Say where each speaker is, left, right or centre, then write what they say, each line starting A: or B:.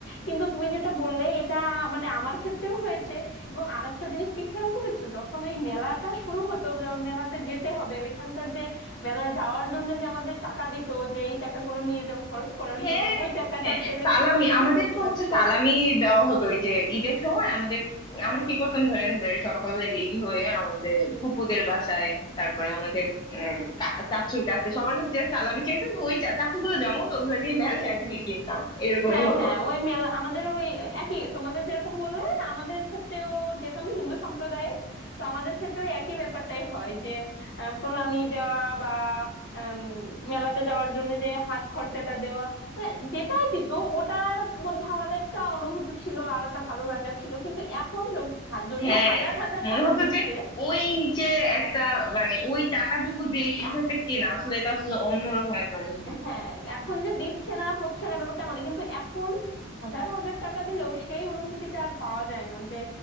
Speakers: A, on the left; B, on the left.
A: কিন্তু তুমি যেটা বললে এটা মানে আমার ক্ষেত্রেও হয়েছে এবং আরেকটা জিনিস কি খেয়াল করেছো যখন এই মেলাটা শুরু হতো বা মেলাতে যেতে হবে ওইখানকার যে মেলায় যাওয়ার জন্য যে আমাদের টাকা দিত যে এই টাকাগুলো নিয়ে যাও খরচ করার
B: হ্যাঁ
A: জন্য ওই টাকাটা
B: হ্যাঁ, হ্যাঁ,
A: পেলে
B: সালামি
A: কি পরিমাণ
B: আমাদের
A: খুশি
B: তো
A: লাগতো
B: হচ্ছে সালামি দেওয়া হতো ওই যে ঈদের সময় আমাদের আমরা কি করতাম ধরেন যে সকালবেলা রেডি হয়ে আমাদের ফুপুদের বাসায় তারপরে আমাদের উম, কা- চাচুর কাছে সবার কাছে যে সালামি চাইতাম তো ওই চা- টাকাগুলো জমাও ওগুলো দিয়ে মেলায় আর কি কিনতাম এরকমই
A: হ্যাঁ
B: হতো
A: হ্যাঁ ওই মেলা আমাদের ওই একই তোমাদের যেরকম বললে আমাদের ক্ষেত্রেও যেহেতু আমি হিন্দু সম্প্রদায়ের তো আমাদের ক্ষেত্রেও একই ব্যাপারটাই হয় যে আহ, প্রণামী দেওয়া বা আম, মেলাতে যাওয়ার জন্য যে হাত খরচাটা দেওয়া মানে যেটাই দিত ওটার মধ্যে আলাদা একটা অনুভূতি ছিল আলাদা ভালো লাগা ছিল কিন্তু এখন য- যদিও
B: হ্যাঁ
A: হাজার হাজার
B: মনে
A: টাকা
B: হতো
A: দিচ্ছে
B: যে ওই যে একটা মানে ওই টাকাটুকু দিয়ে কিছু একটা কেনা আসলে এটা আসলে অন্যরকম একটা অনুভূতি
A: হ্যাঁ এখন যে দিচ্ছে না হচ্ছে না ব্যাপারটা মানে কিন্তু এখন হাজার হাজার টাকা দিলেও সেই অনুভূতিটা আর পাওয়া যায় না যে